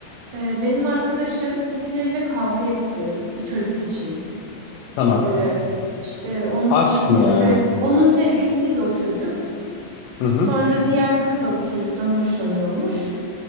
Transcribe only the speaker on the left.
Tamam.
Aşk
mı yani?
Hı hı.